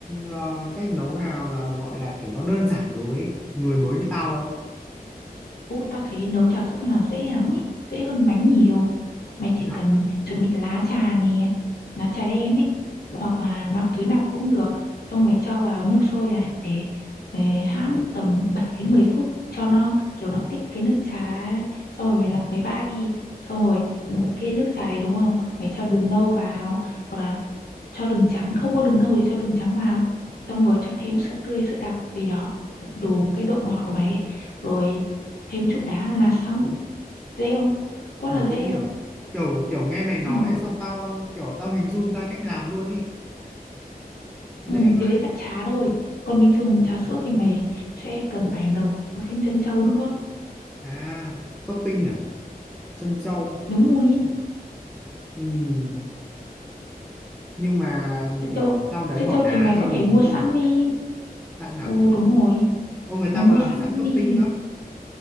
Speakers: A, in the centre; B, on the left.
A: ờ, cách nấu nào là gọi là kiểu nó đơn giản đối với người mới như tao không
B: Ô, ta thấy nấu trà sữa là dễ lắm ý, dễ hơn bánh nhiều. Mày chỉ
A: thế à
B: cần chuẩn bị lá trà nè, lá trà đen ấy, hoặc là loại túi lọc cũng được. Xong mày cho vào nước sôi này để, để hãm tầm 7 đến 10 phút cho nó kiểu nó tiết cái nước trà ra ấy. Xong rồi mày lọc lấy ba đi. Xong rồi ừ, cái nước trà đấy đúng không? Mày cho đường nâu vào hoặc là cho đường trắng không có đường nâu thì cho đường trắng vào xong rồi cho thêm sữa tươi sữa đặc gì đó đủ cái độ ngọt của mày ấy rồi thêm chút đá là xong dễ không quá
A: ừ,
B: là dễ
A: dễ nhở
B: không
A: kiểu kiểu nghe mày nói
B: ừ.
A: sao tao kiểu tao hình dung ra cách làm luôn ý dễ
B: ừ
A: vãi
B: cái đấy là trà thôi còn bình thường trà sữa thì mày sẽ cần phải nấu thêm trân châu nữa
A: à topping à trân châu
B: đúng rồi ý.
A: ừ. nhưng mà
B: trân
A: kiểu
B: châu
A: sau đấy
B: trân
A: bỏ
B: châu
A: đá
B: thì mày
A: thêm
B: có
A: được
B: thể mua
A: đúng
B: sẵn
A: không
B: đi
A: sẵn à
B: ừ đúng rồi
A: ô người
B: mày
A: ta
B: mua
A: còn làm
B: sẵn
A: sẵn
B: đi
A: topping á